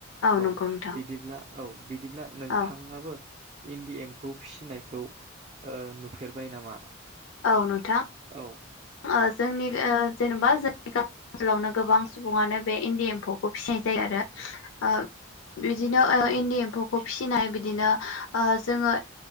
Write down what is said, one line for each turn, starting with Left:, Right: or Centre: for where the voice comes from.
Right: औ
Left: नंगौ नोंथां
Right: बिदिब्ला औ बिदिब्ला नोंथाङाबो
Left: औ
Right: इन्दि एम खौ फिसिनायखौ ओ नु फेरबाय नामा?
Left: औ नोंथां।
Right: औ
Left: ओ जोंनि ओ जेनेबा जोंनि ओनसोलावनो गोबां सुबुङानो बे इन्दि एम्फौखौ फिसिनाय जायो आरो ओ बिदिनो ओ
Right: औ
Left: इन्दि एम्फौखौ फिसिनाय बिदिनो ओ जोङो।